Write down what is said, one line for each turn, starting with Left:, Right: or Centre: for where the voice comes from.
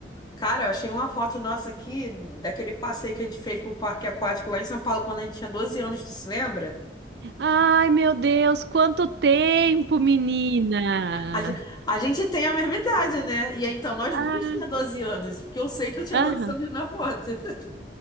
Left: Cara, eu achei uma foto nossa aqui daquele passeio que a gente fez pro parque aquático lá em São Paulo quando a gente tinha 12 anos, tu se lembra?
Right: Ai, meu Deus, quanto tempo, menina!
Left: A, ge- a gente tem a mesma idade, né? E aí, então, nós
Right: Ah,
Left: duas tinha 12 anos, porque eu sei que eu tinha
Right: aham.
Left: 12 anos na foto. <laughs>